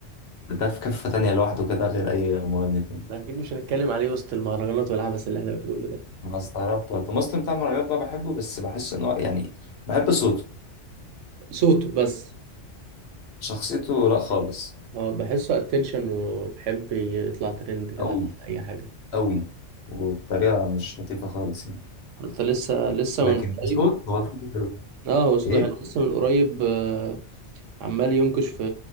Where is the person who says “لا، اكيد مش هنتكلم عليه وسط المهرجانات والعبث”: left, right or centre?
Right